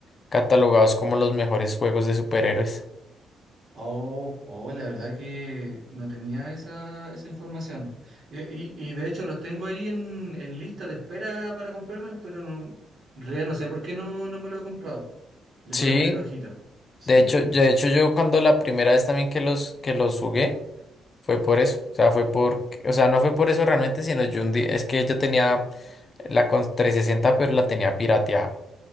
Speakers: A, on the left; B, on the right.
A: catalogados como los mejores juegos de superhéroes.
B: Oh, oh, la verdad que no tenía esa, esa información. Y, y- y de hecho los tengo ahí en, en lista de espera para comprármelos, pero no, en realidad no sé por qué no, no me lo he comprado. Les
A: Sí,
B: voy a poner ojito. Sí.
A: De hecho, de hecho yo cuando la primera vez también que los que los jugué fue por eso, o sea, fue por, o sea, no fue por eso realmente, sino yo un día, es que yo tenía la con 360, pero la tenía pirateada.